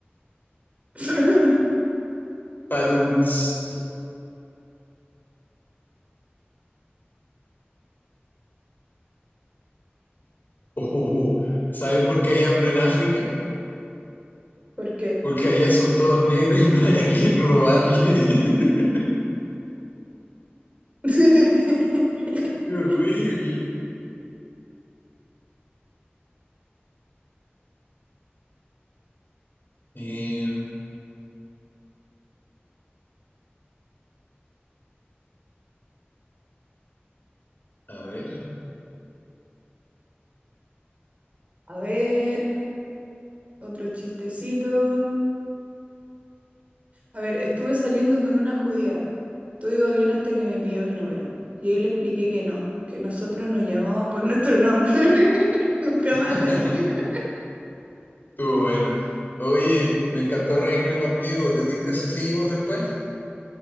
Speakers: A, on the right; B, on the left.
A: <laughs>
B: Padum. ts. Oh, ¿sabes por qué hay hambre en África?
A: ¿Por qué?
B: Porque allá son todos negros y no hay a quien robarle. <laughs>
A: <laughs>
B: ¡Qué horrible! Eh, a ver,
A: A ver, otro chistecito. A ver, estuve saliendo con una judía. Todo iba bien hasta que me pidió mi número. Y ahí le expliqué que no, que nosotros nos llamamos por nuestro nombre. <laughs> Nunca
B: <laughs>
A: más la vi. <laughs>
B: estuvo bueno. Oye, me encantó reírme contigo. ¿Te tinca si seguimos después?